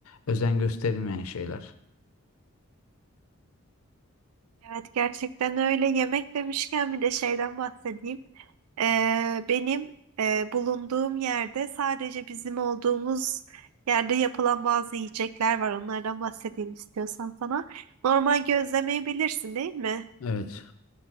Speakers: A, on the left; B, on the right.
A: özen gösterilmeyen şeyler.
B: Evet gerçekten öyle. Yemek demişken bir de şeyden bahsedeyim. Ee, benim e, bulunduğum yerde sadece bizim olduğumuz yerde yapılan bazı yiyecekler var. Onlardan bahsedeyim istiyorsan sana. Normal gözlemeyi bilirsin değil mi?
A: Evet.